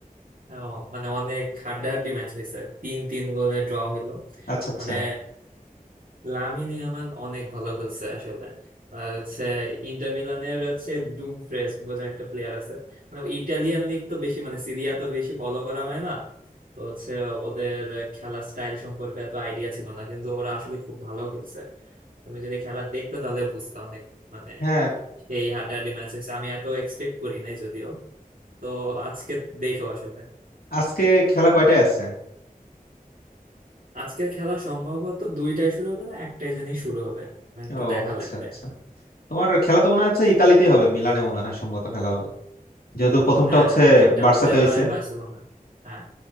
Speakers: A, on the right (about 65°); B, on the left (about 85°).
A: হ্যাঁ, মানে অনেক হাড্ডাহাড্ডি ম্যাচ হয়েছে তিন তিন গোলে ড্র হইলো
B: আচ্ছা আচ্ছা
A: মানে লামিন ইয়ামাল অনেক ভালো খেলছে আসলে আর হচ্ছে ইন্টার মিলানের হচ্ছে ডুমফ্রেস বলে একটা প্লেয়ার আছে মানে ইটালিয়ান লিগ তো বেশি মানে সিরিয়া তো বেশি ফলো করা হয় না তো হচ্ছে ওদের খেলা স্টাইল সম্পর্কে এত আইডিয়া ছিল না কিন্তু ওরা আসলে খুব ভালো খেলছে তুমি যদি খেলা দেখতে তাহলে বুঝতে অনেক মানে
B: হ্যাঁ
A: সেই হাড্ডাহাড্ডি ম্যাচ হয়েছে আমি এত এক্সপেক্ট করি নাই যদিও তো আজকে দেখো আসলে
B: আজকে খেলা কয়টায় আছে
A: আজকের খেলা সম্ভবত দুইটাই শুরু হবে না একটাই জানি শুরু হবে মানে একটু
B: ও
A: দেখা
B: আচ্ছা
A: লাগবে
B: আচ্ছা তোমার খেলা তো মনে হচ্ছে ইতালিতেই হবে মিলানে মনে হয় সম্ভবত খেলা হবে যেহেতু প্রথমটা
A: হ্যাঁ
B: হচ্ছে
A: আগেরটা
B: বার্সাতে
A: মনে
B: হয়েছে
A: হয় বার্সেলোনা হ্যাঁ